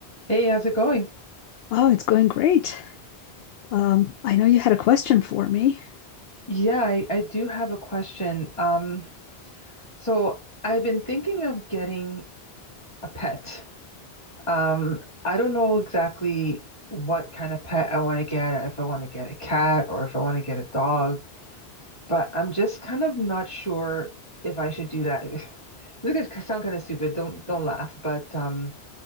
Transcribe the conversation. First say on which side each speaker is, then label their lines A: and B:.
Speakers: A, on the left (about 30°); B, on the left (about 70°).
A: Hey, how's it going?
B: Oh, it's going great. Um, I know you had a question for me.
A: Yeah, I, I do have a question. Um, so I've been thinking of getting a pet. Um, I don't know exactly what kind of pet I want to get, if I want to get a cat or if I want to get a dog, but I'm just kind of not sure if I should do that. <laughs> This is gonna sound kind of stupid. Don't don't laugh, but um,